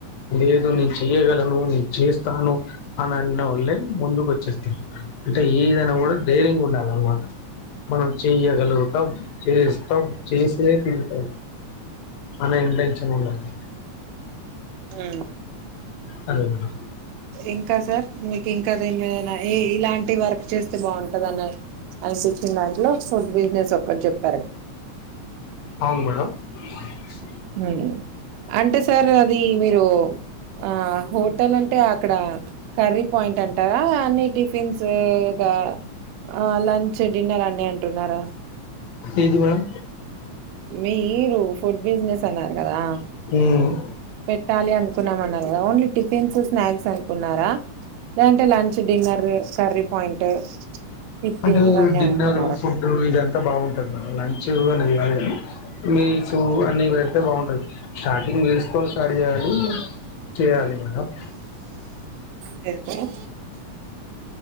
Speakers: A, on the left; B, on the right.
A: లేదు నేను చెయ్యగలను నేను చేస్తాను అని అన్న వాళ్లేే ముందుకు వచ్చేస్తాను అంటే ఏదైనా కూడా ధైర్యంగా ఉండాల అన్నమాట మనం చెయ్యగలుగుతాం చేస్తాం చేసే తిరుగుతాం అన ఏం టెన్షన్ ఉండదు
B: ఆ
A: అదే అ
B: ఇంకా సార్ మీకి ఇంకా తెలివిదైనయ ఏ ఇలాంటి వర్క్ చేస్తే బాగుంటది అన్నారు అ సిచ్చింది దాంట్లో బిజినెస్ ఒక చెప్ప
A: అవును మేడమ్ <inaudible>
B: హమ్ అంటే సర్ అది మీరు ఆ హోటల్ అంటే అక్కడ కర్రీ పాయింట్ అంటారా అన్ని టిఫిన్స్గా ఆ లంచ్ చ్చ డిన్నర్ అని అంటున్నారా
A: ఇది మేడం
B: మీరు ఫుడ్ బిజినెస్ అన్నరు కదా
A: మేడం
B: పెట్టాలి అనుకున్నామన్నారు కదా ఓన్లీ టిఫిన్స్ స్నాక్స్ అనుకున్నారా లేదంటే లంచ్ డిన్నర్ కర్రీ పాయింట్ టిఫిన్
A: అంటే
B: ఇవన్నీ
A: డిన్నర్
B: అనుకున్నారా
A: ఫుడ్డు ఇదంత బాగుంటది మన లంచ్ అనేది కాదు కానీ మీల్స్ అన్ని పెడితే బాగుంటది స్టార్టింగ్ మీల్స్ తోనీ స్టార్ చేయాలి చేయాలి మేడమ్
B: స ఆ